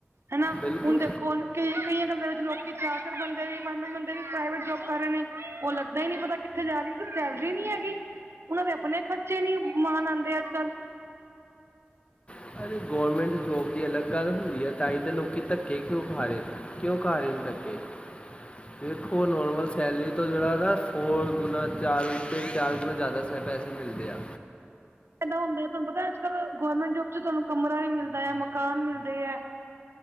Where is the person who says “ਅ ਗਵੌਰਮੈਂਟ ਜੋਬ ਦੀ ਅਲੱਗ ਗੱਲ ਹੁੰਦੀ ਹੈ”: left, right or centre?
Left